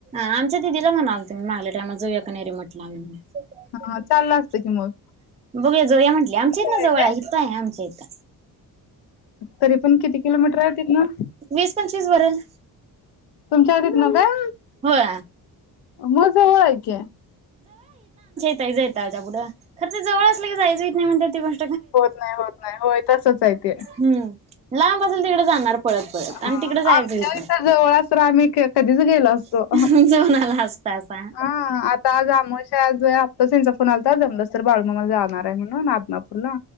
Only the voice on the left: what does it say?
हा चाललं असतं की मग.
आहे
काय?
तरी पण किती किलोमीटराय तिथन,
तुमच्या तिथन काय?
म जवळाय की
होत नाई होत नाई, होय तसच आय ते
अ
आमच्या
इथ जवळ आस <unintelligible> कधीच गेलो अस तो
अह्,
आ आता आज आमोशा आज आताच हेंचा फोन आलता, आज जमलस तर बाळू नमा जाणाराय म्हणू नून आदमापूरला